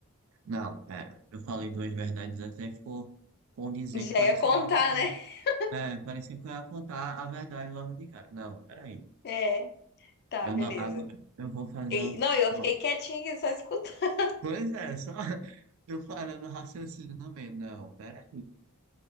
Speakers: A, on the right; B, on the left.
A: Não, pera. Eu falei duas verdades antes, aí ficou condizente,
B: <laughs>
A: pareceu
B: Já ia contar,
A: muito. que eu-
B: né? <laughs>
A: É, parecia que eu ia contar a verdade logo de cara. Não, peraí.
B: É, tá,
A: Eu
B: beleza.
A: não, agora eu vou fazer
B: E-
A: um.
B: não, eu
A: Pronto.
B: fiquei quietinha aqui só escutando.
A: Pois é, só <laughs> eu parando o raciocínio no meio. Não, peraí.